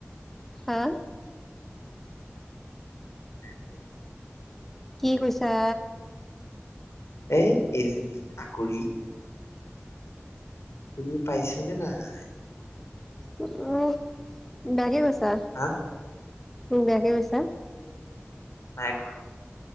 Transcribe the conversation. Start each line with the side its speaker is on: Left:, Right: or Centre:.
Centre: হা
Left: <unintelligible>
Centre: কি কৈছা?
Left: এই এইজনী আকৰি। তুমি পাইছানে নাই?
Centre: উম বেয়াকে কৈছে। <unintelligible>
Left: হা
Centre: মোক বেয়াকে কৈছা!
Left: নাই কোৱা।